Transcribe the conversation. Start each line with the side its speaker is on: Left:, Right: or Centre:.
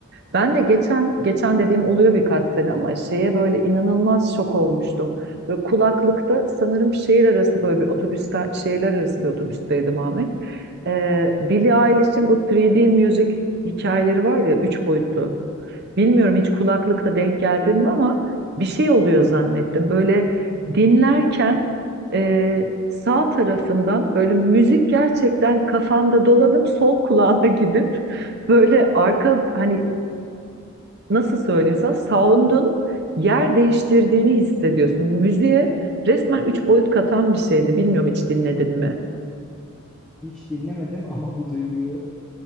Right: Ben de geçen geçen dediğim oluyor birkaç sene ama şeye böyle inanılmaz şok olmuştum. Böyle kulaklıkta sanırım şehir arası böyle bir otobüste şehirler arası bir otobüsteydim Ahmet. Ee, Billie Eilish'in bu 3D müzik hikayeleri var ya üç boyutlu. Bilmiyorum hiç kulaklıkta denk geldin mi ama bir şey oluyor zannettim. Böyle dinlerken ee, sağ tarafından böyle müzik gerçekten kafanda dolanıp sol kulağına gidip böyle arka hani nasıl söyleyeyim sana sound'un yer değiştirdiğini hissediyorsun. Müziğe resmen üç boyut katan bir şeydi. Bilmiyorum hiç dinledin mi?
Centre: Hiç dinlemedim ama bu duyguyu